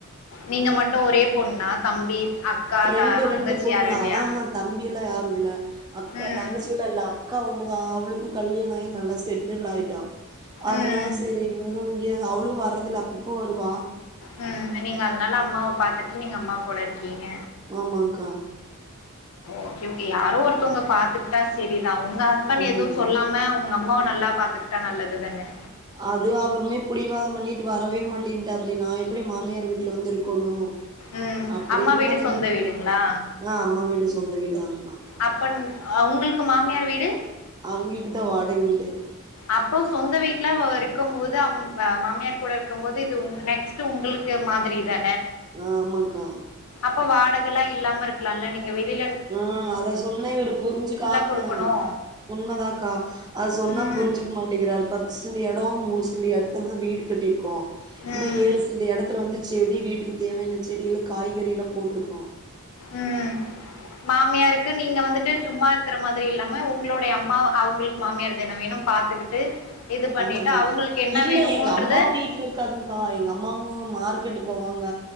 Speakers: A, on the left; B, on the right.
A: நீங்க மட்டு ஒரே பொண்ணா தம்பி, அக்கா,
B: ரெண்டு
A: த தங்கச்சி
B: ரெண்டு பொண்ணு
A: யாரும்
B: ஆஹா
A: இல்லையா?
B: தம்பி எல்லா யார் இல்ல அக்கா
A: ம்.
B: தங்கச்சியெல்லா இல்ல அக்கா ஒன் னுதா அவளுக்கு கல்யாண ஆயி நல்லா செட்டில் ஆயிட்டா அதுனால
A: ம்.
B: செரி இவ்ளு இங்கெ அவளு வரதில்ல அப்பப்ப வருவா
A: உம் நீ நீங்க அதனால அம்மாவ பாத்துட்டு நீங்க அம்மாவ போல இருக்கீங்க
B: ஆமாங்க்கா
A: ஒகே ஓகே யாரோ ஒருத்தவ்ங்க பாத்துக்டா செரி தா உங்க ஹஸ்பண்ட்
B: ம்
A: எதுவு சொல்லாம உங் அம்மாவ நல்லா பாத்துக்கிட்டா நல்லது தானே
B: அது அவருமே புடிவாதம் பண்ணிட்டு வரவே மாட்டேன்ட்டாப்டி நா எப்டி மாமியார் வீட்ல வந்து இருக்கணு
A: ம்
B: அப்டின்லா
A: அம்மா வீடு சொந்த
B: ஒன்னு இல்ல
A: வீடுங்களா
B: எ அம்மா வீடு சொந்த வீடுதாங்க
A: அப்பன் அஹ் உங்களுக்கு மாமியார் வீடு
B: அவிங்களுக்கு தா <inaudible>
A: அப்ப சொந்த வீட்ல வ இருக்கும் போது அம் வ மாமியார் கூட இருக்கும் போது இது உங் நெக்ஸ்ட்டு உங்களுக்கு மாதிரி தா
B: ஆமாங்க்கா
A: இப்ப வாடகலெல்லாம் இல்லாம இருக்கலாம்ல்ல நீங்க வெளிய
B: ம் அத சொன்னா இவர் புரிஞ்சுக்காம
A: குடுக்கணு
B: உண்மதாக்கா அத சொன்னா
A: ம்
B: புரிஞ்சுக்க மாட் டேங்கிறாரு பத்து செண்டு இடம் மூணு செண்டு எடத்துல தான் வீடு கட்டிருக்கோம் இன்னு
A: ம்
B: ஏழு செண்டு எடத்துல வந்து செடி வீட்டுக் தேவையான செடில காய்கறி எல்லாம் போட்டுருக்கோம்
A: ம் மாமியாருக்கு நீங்க வந்துட்டு சும்மா இருக்கிற மாதிரி இல்லாம உங்களுடைய அம்மா அவுங்களுக்கு மாமியார் தான வேணும் பாத்துக்கிட்டு இது பண்ணிட்டு
B: ஆமாக்கா
A: அவங்களுக்கு என்ன
B: இல்ல
A: வேணுமோன்றது
B: எங்க அம்மா வீட்டுல இருக்காதுங்கா எங்க அம்மா பூ மார்க்கெட்டு போவாங்க